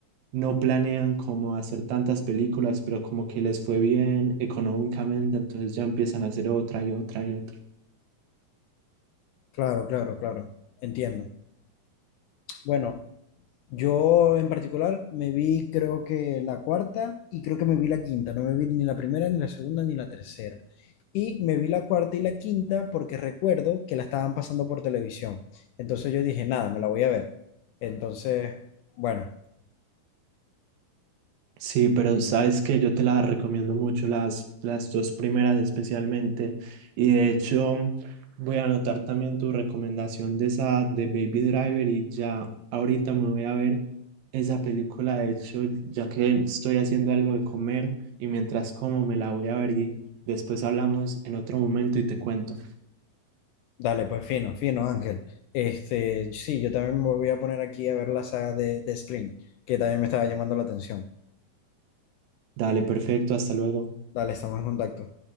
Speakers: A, on the right (about 85°); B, on the left (about 80°).
A: no planean como hacer tantas películas, pero como que les fue bien económicamente, entonces ya empiezan a hacer otra y otra y otra.
B: Claro, claro, claro, entiendo. Bueno, yo en particular me vi creo que la cuarta y creo que me vi la quinta, no me vi ni la primera, ni la segunda, ni la tercera. Y me vi la cuarta y la quinta porque recuerdo que la estaban pasando por televisión. Entonces yo dije, nada, me la voy a ver. Entonces, bueno,
A: Sí, pero sabes que yo te las recomiendo mucho, las, las dos primeras especialmente. Y de hecho, voy a anotar también tu recomendación de esa de Baby Driver y ya ahorita me voy a ver esa película. De hecho, ya que estoy haciendo algo de comer y mientras como me la voy a ver y después hablamos en otro momento y te cuento.
B: Dale, pues fino, fino, Ángel. Este, sí, yo también me voy a poner aquí a ver la saga de, de Scream, que también me estaba llamando la atención.
A: Dale, perfecto, hasta luego.
B: Dale, estamos en contacto.